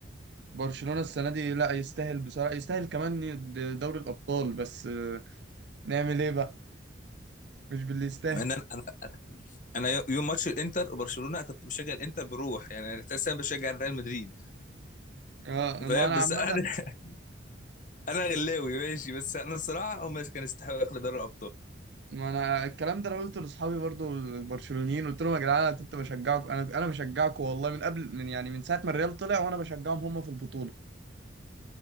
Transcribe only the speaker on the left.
مع ان انا انا أنا يوم ماتش الانتر وبرشلونه كنت بشجع الانتر بروح يعني انا اساسا بشجع ريال مدريد
فاهم
بس
انا <laughs> انا غلاوي ماشي بس انا الصراحه هم كانوا يستحقوا ياخدوا دوري الابطال